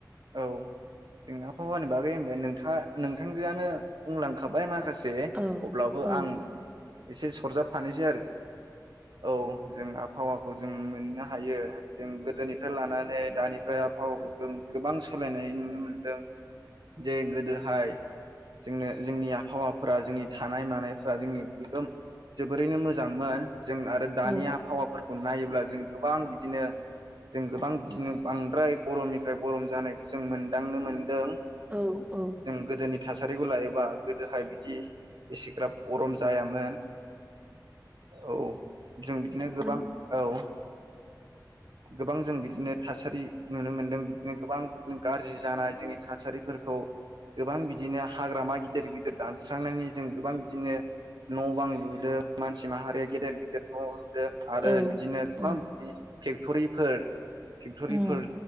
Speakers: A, on the right; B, on the right.
A: औ जों आबफावानि बागै होनबाय नोंथाङा नोंथांजोआनो बुंलांखाबाय मा माखासे
B: औ
A: अब्लाबो
B: औ
A: आं एसे सरजाब फानोसै आरो औ जों आबहावा खौ जों मोननो हायो जों गोदोनिफ्राय लानानै दानिफ्राय आबहावाखौ दोन गोबां सोलायनाय नुनो मोनदों। जे गोदोहाय जोंनो जोंनि आबहावाफोरा जोंनि थानाय मानायफ्रा जोंनि गोगोम जोबोरैनो मोजांमोन। जों आरो दानि
B: औ
A: आबहावाफोर खौ नायोब्ला जों गोबां बिदिनो जों गोबां बिदिनो बांद्राय गरमनिफ्राय गरम जानायखौ जों मोनदांनो मोनदों।
B: औ औ
A: जों गोदोनि थासारिखौ लायोबा गोदोहाय बिदि एसेग्राब गरम जायामोन। औ जों बिदिनो गोबां
B: मोन
A: औ। गोबां जों बिदिनो थासारि नुनो मोनदों बि बिदि गोबां बिदि गाज्रि जानाय जोंनि थासारिफोरखौ गोबां बिदिनो हाग्रामा गिदिर गिदिर दानस्रांनानै जों गोबां बिदिनो न' बां लुदों मानसि माहारिया गेदेर गेदेर न' आरो
B: औ
A: बिदिनो गोबां
B: उम
A: बिदि फेक्ट'रिफोर फेक्ट'रिफोर।
B: उम